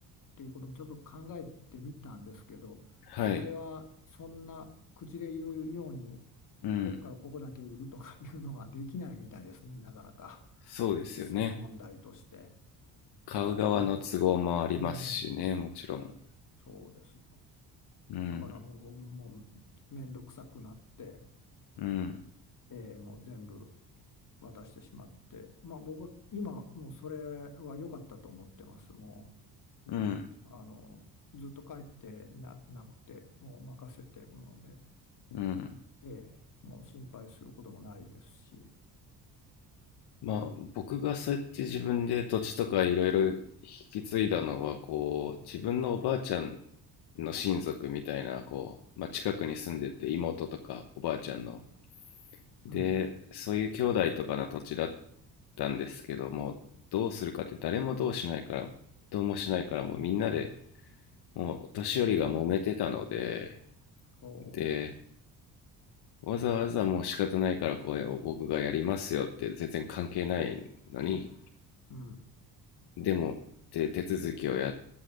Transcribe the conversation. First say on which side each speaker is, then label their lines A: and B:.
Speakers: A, on the left; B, on the left.
A: ていうこともちょっと考えてみたんですけどそれはそんな口で言うように
B: はいうん
A: ここからここだけ売るとかいうのはできないみたいですねなかなか <laughs>
B: そうですよね
A: 実際問題として。
B: 買う側の都合もありますしねもちろん
A: はい、こう、うん、そうですよ。
B: うん
A: だからもう僕ももう面倒くさくなって。
B: うん、
A: えーもう全部渡してしまって、まあ、僕は今もうそれは良かったと思ってます。も
B: うん、
A: うあのずっと帰ってな、なくてもう任せてるので、
B: うん。
A: ええもう心配することもないですし、
B: まあ、僕がそうやって自分で土地とかいろいろ引き継いだのは、こう、自分のおばあちゃんの親族みたいな、こう、まあ、近くに住んでて、妹とかおばあちゃんの。で、
A: うん、
B: そういう兄弟とかの土地だったんですけども、どうするかって誰もどうしないから、どうもしないから、もうみんなで、もうお年寄りが揉めてたので、
A: こ
B: で、わざわざもう仕方ないからこれを僕がやりますよって全然関係ないのに
A: う、うん、
B: でもで手続きをやっ